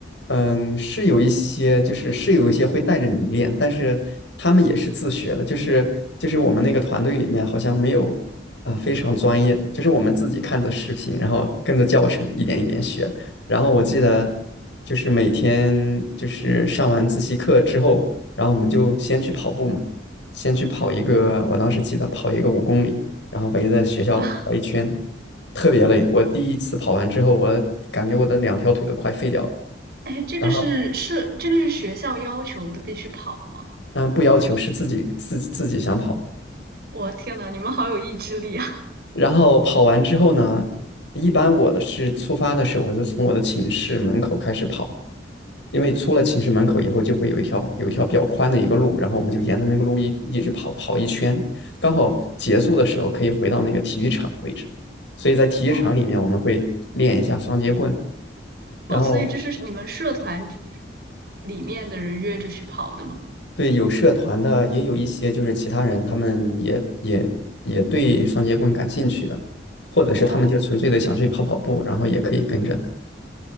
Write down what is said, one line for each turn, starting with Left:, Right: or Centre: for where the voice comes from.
Left: 嗯，是有一些，就是是有一些会带着你练，但是他们也是自学的，就是就是我们那个团队里面好像没有，呃，非常专业的，就是我们自己看着视频，然后跟着教程一点一点学。然后我记得就是每天就是上完自习课之后，然后我们就先去跑步嘛，先去跑一个，我当时记得跑一个五公里，然后围着学校跑一圈，
Right: 哇，
Left: 特别累。我第一次跑完之后，我感觉我的两条腿都快废掉了。
Right: 哎，这个是是这个是学校要求的，
Left: 然后
Right: 必须跑吗？
Left: 嗯，不要求，是自己自自己想跑。
Right: 我天呐，你们好有意志力啊！
Left: 然后跑完之后呢，一般我的是出发的时候，我是从我的寝室门口开始跑，因为出了寝室门口以后，就会有一条有一条比较宽的一个路，然后我们就沿着那个路一一直跑跑一圈，刚好结束的时候可以回到那个体育场的位置。所以在体育场里面，
Right: 哦
Left: 我们会练一下双截棍，
Right: <laughs>
Left: 然后
Right: 哦，所以这是你们社团里面的人约着去跑的吗？
Left: 对，有社团的，也有一些就是其他人，他们也也也对双节棍感兴趣的，或者是他们就纯粹的想去跑跑步，
Right: 哦。
Left: 然后也可以跟着。